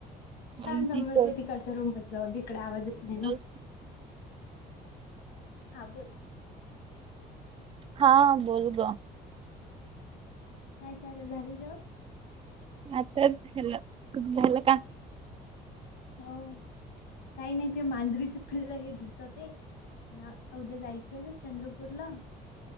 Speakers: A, on the left (about 80°); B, on the right (about 35°).
A: थांब
B: आणि
A: थांब
B: ती
A: मला
B: कोट
A: ते तिकडचा रूममध्ये जाऊ दे इकडं आवाज येत नाही ना.
B: ब्लाउज
A: हां बोल.
B: हा बोल गं.
A: काय चालु आहे झाले जेवण?
B: आताच खाल्लं तुझं झालं का?
A: हो काही नाही ते मांजरीचे पिल्लं आहे भिंत ते. आन आ उद्या जायचंय ना चंद्रपूरला.